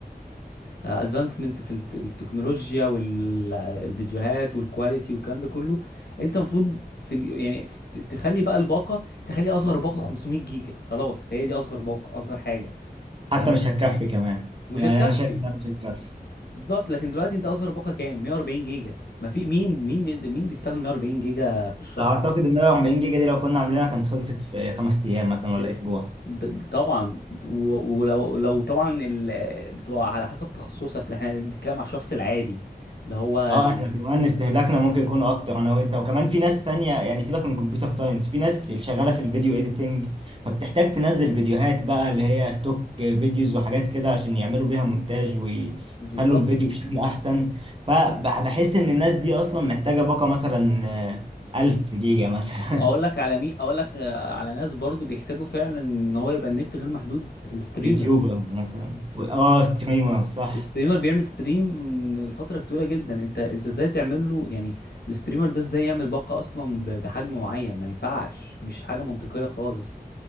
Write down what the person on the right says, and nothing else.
حتى مش هتكفي كمان
يعني
انا شايف انها مش هتكفي
اعتقد ان 40 جيجا دي لو كنا عاملينها كانت خلصت في خمس ايام مثلا
ولا اسبوع
اه احنا كمان استهلاكنا ممكن يكون اكتر انا وانت وكمان في ناس تانية يعني سيبك من كمبيوتر ساينس في ناس اللي شغالة في الفيديو ايديتنج فبتحتاج تنزل فيديوهات بقى اللي هي ستوك فيديوز وحاجات كده عشان يعملوا بيها مونتاج ويخلوا
الفيديو بشكل احسن فبحس ان الناس دي اصلا محتاجة باقة مثلا آه، 1000 جيجا مثلا
<laughs>
يوتيوبرز مثلا و- اه ستريمرز صح